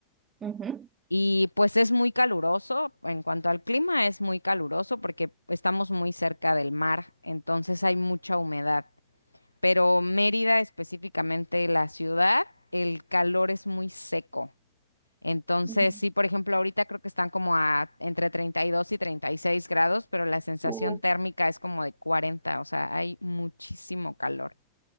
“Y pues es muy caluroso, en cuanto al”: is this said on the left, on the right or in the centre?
Left